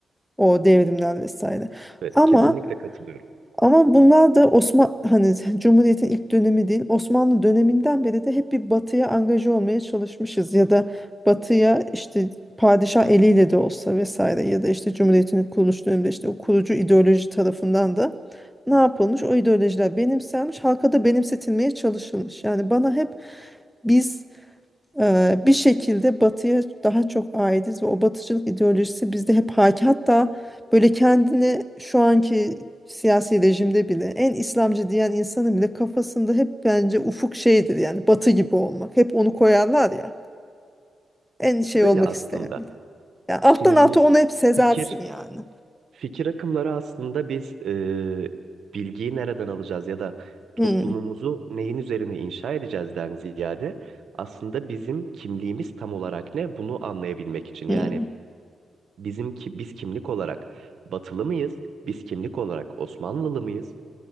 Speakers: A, in the centre; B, on the right.
A: O devrimler vesaire.
B: Evet,
A: Ama
B: kesinlikle katılıyorum.
A: ama bunlar da Osman hani <laughs> Cumhuriyet'in ilk dönemi değil. Osmanlı döneminden beri de hep bir batıya angaje olmaya çalışmışız ya da batıya işte padişah eliyle de olsa vesaire ya da işte Cumhuriyet'in kuruluş döneminde işte o kurucu ideoloji tarafından da ne yapılmış? O ideolojiler benimsenmiş, halka da benimsetilmeye çalışılmış. Yani bana hep biz Eee, bir şekilde batıya daha çok aitiz ve o batıcılık ideolojisi bizde hep hakim. Hatta böyle kendini şu anki siyasi rejimde bile en İslamcı diyen insanın bile kafasında hep bence ufuk şeydir yani batı gibi olmak. Hep onu koyarlar ya en şey
B: Şöyle
A: olmak
B: aslında,
A: isteyen bile. Yani alttan
B: şimdi
A: alta
B: bu
A: onu hep sezersin
B: fikir
A: yani.
B: fikir akımları aslında biz e, bilgiyi nereden alacağız ya da toplumumuzu
A: Hı,
B: neyin üzerine inşa edeceğizden ziyade aslında bizim kimliğimiz tam olarak ne bunu anlayabilmek için.
A: hı,
B: Yani bizim ki biz kimlik olarak Batılı mıyız? Biz kimlik olarak Osmanlılı mıyız?